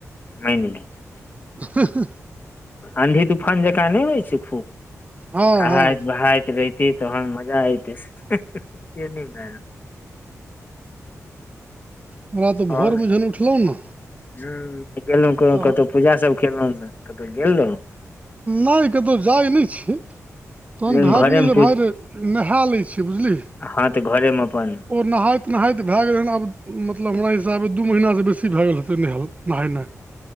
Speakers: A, on the left; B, on the right.
A: मान गेथ
B: <unintelligible>
A: आंधी तूफान जकाँ नै होइ छै खूब
B: हँ
A: कहाइत
B: हँ
A: बहाइत र ती तहन मजा आइ ते से नै <unintelligible>
B: हमरा तऽ भोर
A: आओर
B: मे जहन उठलहुँ ने
A: हूँ गेलौं
B: तहन
A: कोनो कतौ पूजा सभ केलहूँ कतहु गेल रहौ
B: नहि कतहु जाए नहि छियै तहन
A: नहि
B: भए
A: घरे
B: गेलै
A: मे
B: भाई रे नहा लै छै बुझलिी
A: ह तऽ घरेमे अपन
B: ओ नहाइत नहाइत भऽ गेलै हन आब मतलब हमरा हिसाबे दू महिनासँ बेसी भऽ गेल हेतै नहाय नहेना